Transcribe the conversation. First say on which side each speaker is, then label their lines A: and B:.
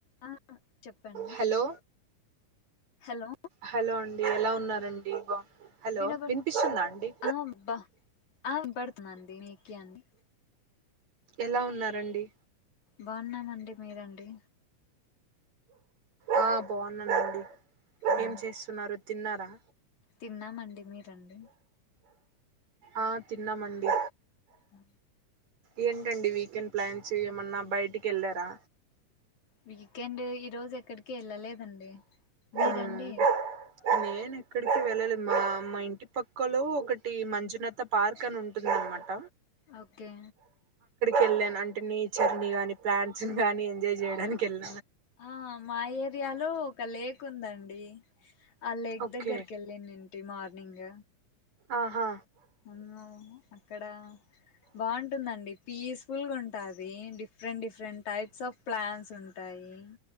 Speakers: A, on the left; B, on the right.
A: ఆ చెప్పండి
B: హలో
A: హలో
B: హలో అం డి ఎలా ఉన్నారండి బా హలో
A: వినబ
B: వినిపిస్తుందా అండి
A: ఆ బా ఆ వినపడుతుందండి మీకి అండి
B: ఎలా ఉన్నారండి
A: బాగున్నామండి మీరండి
B: ఆ బాగున్నానండి
A: ఉమ్,
B: ఏం చేస్తున్నారు తిన్నారా
A: తిన్నామండి మీరండి
B: ఆ తిన్నామండి
A: ఆ
B: ఏంటండి వీకెండ్ ప్లాన్ చే ఏమన్నా బయటికి వెళ్లారా
A: వీకెండ్ ఈ రోజు ఎక్కడికి వెళ్ళలేదండి మీరండి
B: మ్మ్ నేను ఎక్కడికి వెళ్ళలే మా మా ఇంటి పక్కలో ఒకటి మంజునాథ పార్క్ అని ఉంటుంద అనమాట
A: ఓకే
B: వళ్ళాను అంటే నేచర్ ని గాని ప్లాంట్స్ ని కానీ ఎంజాయ్ చేయడానికి వెళ్ళాను
A: ఆ మా ఏరియాలో ఒక లేక్ కుందండి ఆ లేక్
B: ఓకే
A: దగ్గరికి వెళ్ళిన్ డింటి మార్నింగ్
B: ఆహా
A: అన్ను అక్కడ బాగుంటుందండి పీస్ఫుల్గా ఉంటది. Different different types of plans ఉంటాయి.